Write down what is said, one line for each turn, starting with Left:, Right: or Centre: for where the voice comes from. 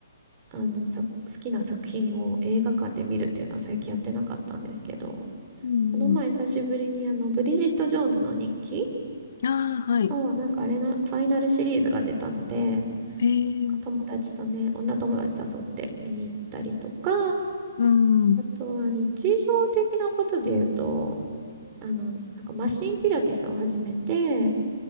Right: あのさ、好きな作品を映画館で見るっていうのは最近やってなかったんですけど、
Left: うん
Right: この前久しぶりにあの、ブリジット・ジョーンズの日記
Left: うん。ああ、はい。
Right: を、なんかあれのファイナルシリーズが出たので、
Left: へえ。
Right: 友達とね、女友達誘って見に行ったりとか、
Left: うん。
Right: あとは日常的なことで言うと、あの、なんかマシンピラティスを始めて、